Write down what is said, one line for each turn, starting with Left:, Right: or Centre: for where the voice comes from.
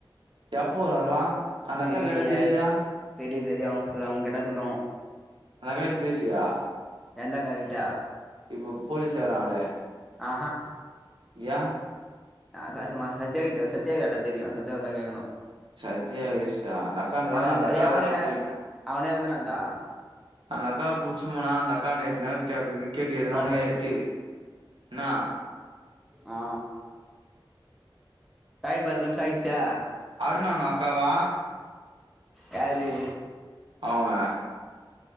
Right: எப்போ வரு அதெல்லா அந்த அக்கா
Centre: தெரிலையே
Right: கேட்டா தெரியாதா
Centre: தெரியு தெரியு அவுங்க அவங்க கேட்டா சொல்லுவாங்க
Right: அந்த அக்காகிட்ட பேசுவியா
Centre: எந்த அக்காகிட்ட
Right: இப்ப போலீஸ் வர்றாங்களே
Centre: ஆஹா
Right: ஏ
Centre: நா பேச மாட்டேனே சத்தியாகிட்ட சத்யா கேட்டா தெரியு சத்தியாவதா கேக்கணு
Right: சத்யா வேஸ்ட் ரா அந்த அக்கா இருந்தா
Centre: அவனுக்கு
Right: தான அந்த அக்காவ
Centre: டே அவனே
Right: தாண்டா புடிக்கு
Centre: அவனே எழுதுனான்டா
Right: அந்த அக்கா பிடிச்ச போனா அந்த அக்காவ புடிச்சின்னு போனா அந்த அக்காண்ட எப்டியாது கே அப்டி இப்டி கேட்டு
Centre: நீ
Right: எதுனா
Centre: பண்ற
Right: ஒன்னு எழுதிட்டு
Centre: இரு
Right: என்னா
Centre: ஆ டைம் பத்து நிமிஷோ ஆயிடுச்சா
Right: அருண் அவங்க அக்காவா
Centre: யாது
Right: அவுங்க